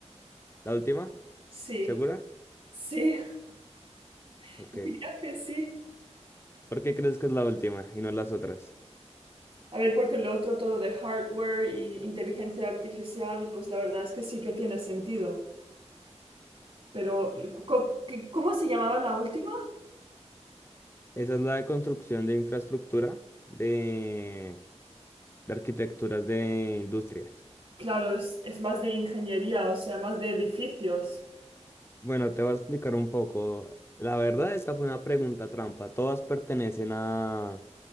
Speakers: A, on the left; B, on the right.
A: ¿La última?
B: Sí,
A: ¿Segura?
B: sí, <laughs>
A: Ok.
B: diría que sí.
A: ¿Por qué crees que es la última y no las otras?
B: A ver, porque lo otro todo de hardware y inteligencia artificial, pues la verdad es que sí que tiene sentido. Pero, co- qué- ¿cómo se llamaba la última?
A: Esa es la de construcción de infraestructura de de arquitecturas de industrias.
B: Claro, es, es más de ingeniería, o sea, más de edificios.
A: Bueno, te voy a explicar un poco. La verdad, esta fue una pregunta trampa. Todas pertenecen a,